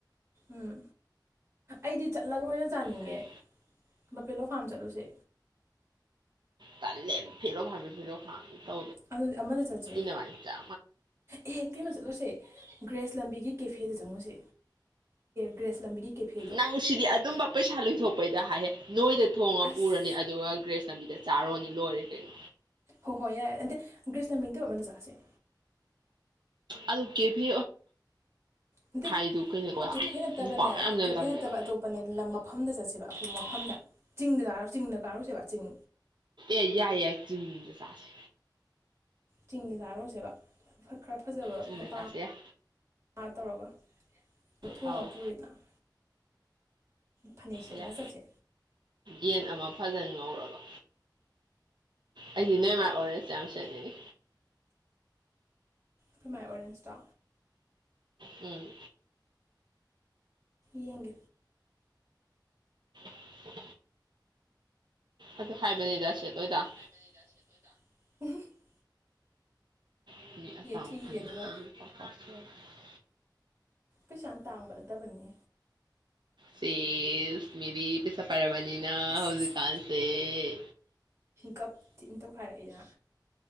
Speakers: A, on the right; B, on the right.
A: ꯎꯝ ꯑꯩꯗꯤ ꯆꯠꯂꯒ ꯑꯣꯏꯅ ꯆꯥꯅꯤꯡꯉꯦ
B: ꯀꯩ
A: ꯕꯄꯦꯂꯣꯥꯝ ꯆꯠꯂꯨꯁꯦ
B: ꯇꯥꯏ ꯂ ꯐꯤꯔꯣ ꯐꯥ ꯐꯤꯔꯣ ꯈ ꯇ
A: ꯑꯗꯨꯗꯤ ꯑꯃꯗ ꯆꯠꯁꯦ
B: ꯂꯩꯅꯦ ꯆ
A: ꯑꯦ ꯀꯩꯅꯣ ꯆꯠꯂꯨꯁꯦ ꯒ꯭ꯔꯦꯁ ꯂꯝꯕꯤꯒꯤ ꯀꯦꯐꯦꯗ ꯆꯪꯉꯨꯁꯦ ꯒ꯭ꯔꯦꯁ ꯂꯝꯕꯤꯒꯤ ꯀꯦꯐꯦꯗꯣ
B: ꯅꯪ ꯁꯤꯗꯤ ꯑꯗꯨꯝꯕ ꯄꯩꯁꯥ ꯂꯣꯏꯊꯣꯛꯄꯩꯗ ꯍꯥꯏꯍꯦ ꯅꯣꯏꯗ ꯊꯣꯡꯉ
A: ꯑꯁ
B: ꯄꯨꯔꯅꯤ ꯑꯗꯨꯒ ꯒ꯭ꯔꯦꯁ ꯂꯝꯕꯤꯗ ꯆꯥꯔꯨꯔꯅꯤ ꯂꯣꯏꯔꯦ ꯀꯩꯅꯣ
A: ꯍꯣꯏ ꯍꯣꯏ ꯌꯥꯏꯦ ꯑꯟꯗ ꯒ꯭ꯔꯤꯁ ꯂꯝꯕꯤꯗꯣ ꯑꯃꯗ ꯆꯥꯁꯦ
B: ꯑꯗꯨ ꯀꯦꯐꯦ
A: ꯅꯠꯇꯦ
B: ꯍꯥꯏꯗꯨꯣ ꯀꯩꯅꯣꯗꯣ
A: ꯀꯦꯐꯦ ꯅꯠꯇꯕꯅꯦ
B: ꯅꯨꯄꯥ ꯃꯌꯥꯝ ꯂꯩ
A: ꯀꯦꯐꯦ
B: ꯆꯜꯂꯦꯕ
A: ꯅꯠꯇꯕ ꯑꯇꯣꯞꯄꯅꯦ ꯂꯝ ꯃꯐꯝꯗ ꯆꯠꯁꯦꯕ ꯑꯐꯕ ꯃꯐꯝꯗ ꯆꯤꯡꯗ ꯆꯤꯡꯗ ꯀꯥꯔꯨꯁꯦꯕ ꯆꯤꯡ
B: ꯑꯦ ꯌꯥꯏ ꯌꯥꯏ ꯆꯤꯝꯗꯦ ꯆꯥꯁꯦ
A: ꯆꯤꯡꯗ ꯆꯥꯔꯨꯔꯁꯦꯕ ꯈꯔ ꯐꯖꯕ
B: ꯆꯤꯡꯗ
A: ꯃꯄꯥ
B: ꯆꯥꯁꯦ ꯌꯥꯏ
A: ꯃꯥ ꯇꯧꯔꯒ ꯊꯣꯡꯉꯒ
B: ꯑꯧ
A: ꯄꯨꯔꯦꯗꯅ ꯐꯥꯟꯍꯩꯁꯦꯂ
B: ꯌꯥꯏ
A: ꯆꯠꯁꯦ
B: ꯌꯦꯟ ꯑꯃ ꯐꯖꯅ ꯉꯧꯔꯕ ꯑꯩꯁꯤ ꯅꯣꯏꯃ ꯑꯣꯏꯔꯁꯦ ꯌꯥꯝ ꯆꯅꯤꯡꯉꯤ
A: ꯈꯨꯩꯃꯥꯏ ꯑꯣꯔꯦꯟꯖꯇ
B: ꯎꯝ
A: ꯌꯦꯡ
B: ꯎ ꯑꯗꯨ ꯍꯥꯏꯕꯅꯤꯗ ꯁꯤ ꯑꯗꯨꯏꯗ
A: ꯍꯥꯏꯥꯏꯕꯗꯤꯗꯁꯦꯗꯗ
B: ꯑ
A: ꯊꯤꯈꯤꯒꯦ ꯑꯗꯨꯒ ꯀꯩꯁꯥ ꯌꯥꯝ ꯇꯥꯡꯕ ꯅꯠꯇꯕꯅꯤ
B: ꯁꯦꯁ ꯃꯤꯔꯤ ꯄꯩꯁꯥ ꯄꯥꯏꯔꯕꯅꯤꯅ
A: ꯑꯁ
B: ꯍꯧꯖꯤꯛꯀꯥꯟꯁꯦ ꯑꯦ
A: ꯒꯞ ꯊꯤꯅ ꯇꯧꯈꯥꯏꯔꯛꯏꯍ